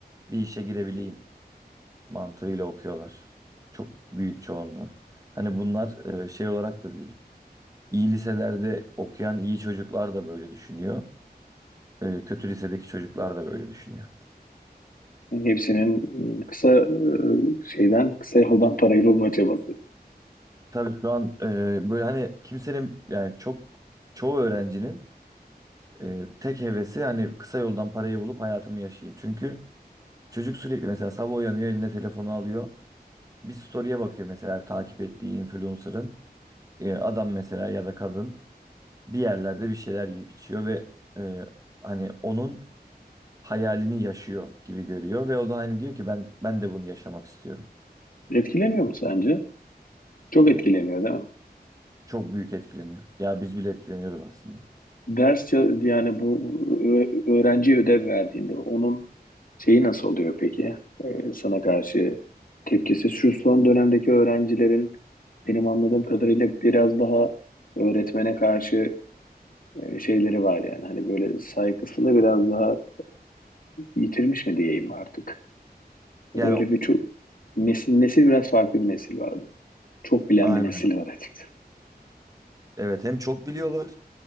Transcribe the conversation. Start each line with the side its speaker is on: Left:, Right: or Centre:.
Right: bir işe girebileyim mantığıyla okuyorlar. Çok büyük çoğunluğu. Hani bunlar e, şey olarak da değil. İyi liselerde okuyan iyi çocuklar da böyle düşünüyor. E, kötü lisedeki çocuklar da böyle düşünüyor.
Left: Hepsinin ıı, kısa e, şeyden, kısa yoldan parayı bulma çabası.
Right: Tabii şu an e, böyle hani kimsenin yani çok çoğu öğrencinin e, tek hevesi hani kısa yoldan parayı bulup hayatımı yaşayayım. Çünkü çocuk sürekli mesela sabah uyanıyor eline telefonu alıyor. Bir story'e bakıyor mesela takip ettiği influencer'ın. E, adam mesela ya da kadın. bir yerlerde bir şeyler yiyip içiyor ve e, hani onun hayalini yaşıyor gibi görüyor ve o da hani diyor ki ben ben de bunu yaşamak istiyorum.
Left: Etkileniyor mu sence? Çok etkileniyor değil mi?
Right: Çok büyük etkileniyor. Ya biz bile etkileniyoruz aslında.
Left: Ders ya- yani bu ıı, ö- öğrenciye ödev verdiğinde onun şeyi nasıl oluyor peki? E, sana karşı tepkisi şu son dönemdeki öğrencilerin benim anladığım kadarıyla biraz daha öğretmene karşı e, şeyleri var yani. Hani böyle saygısını biraz daha yitirmiş mi diyeyim artık?
Right: Yani
Left: Öyle bir çok nesil, nesil biraz farklı bir nesil vardı. Çok bilen
Right: aynen.
Left: bir nesil var açıkçası.
Right: Evet hem çok biliyorlar